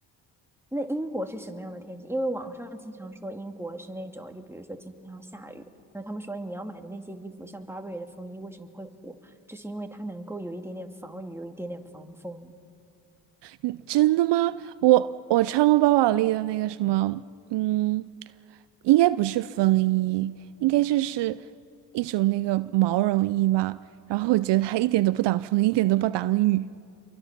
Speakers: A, in the centre; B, on the right.
A: 那英国是什么样的天气？因为网上经常说英国是那种，就比如说经常下雨，然后他们说你要买的那些衣服，像 Burberry 的风衣为什么会火，就是因为它能够有一点点防雨，有一点点防风。
B: 嗯，真的吗？我我穿过包宝莉的那个什么，嗯，应该不是风衣，应该就是一种那个毛绒衣吧。然后我觉得它一点都不挡风，一点都不挡雨。